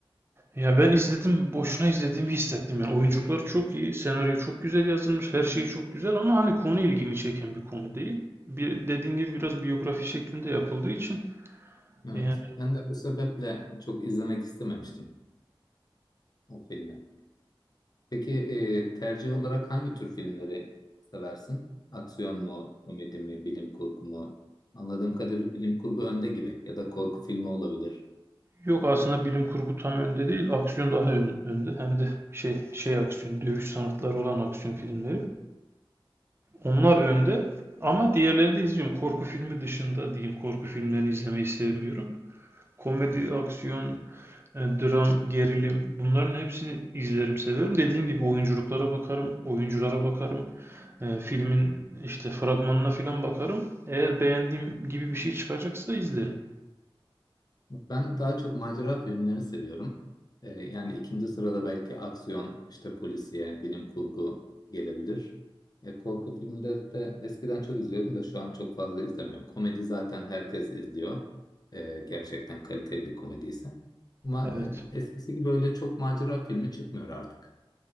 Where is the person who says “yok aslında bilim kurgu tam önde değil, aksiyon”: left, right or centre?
Right